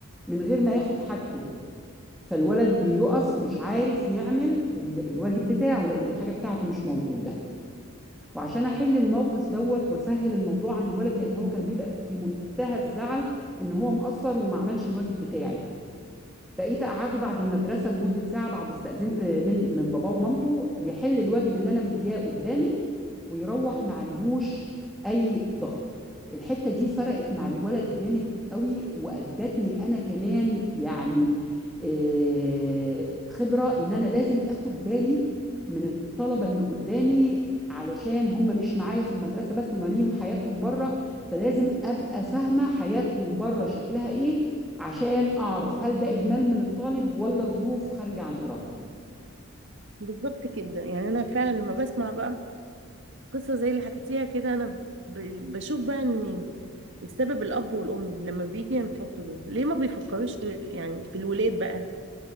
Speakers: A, in the centre; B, on the right.
A: من غير ما ياخد حاجته فالولد بيقف مش عارف يعمل ال- الواجب بتاعه لان الحاجة بتاعته مش موجودة وعشان احل الموقف دوت واسهل الموضوع عن الولد لان هو كان بيبقى في منتهى الزعل ان هو مقصر وما عملش الواجب بتاعي بقيت اقعده بعد المدرسه لمده ساعه بعد استاذنت من من باباه ومامته يحل الواجب اللي انا مدياه قدامي ويروح ما عليهوش اي ضغط الحته دي فرقت مع الولد جامد قوي وادتني انا كمان يعني آه، خبره ان انا لازم اخد بالي من الطلبه اللي قدامي علشان هم مش معايا في المدرسه بس هم ليهم حياتهم بره فلازم ابقى فاهمه حياتهم بره شكلها ايه عشان اعرف هل ده اهمال من الطالب ولا ظروف خارجه عن ارادته
B: بالظبط كده يعني انا فعلا لما بسمع بقى قصه زي اللي حكيتيها كده انا ب- بشوف بقى ان السبب الاب والام لما بيجي ينفصلوا ليه ما بيفكروش في يعني في الولاد بقى